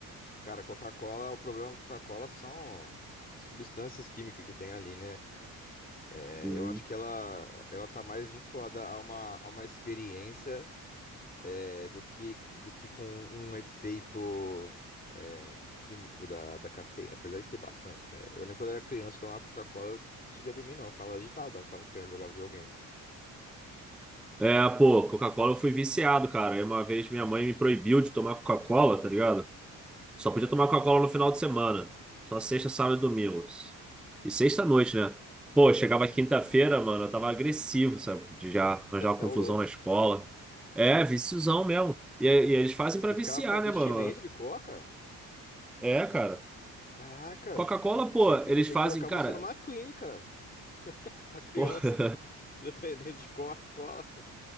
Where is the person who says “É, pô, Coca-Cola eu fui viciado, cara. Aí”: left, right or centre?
Centre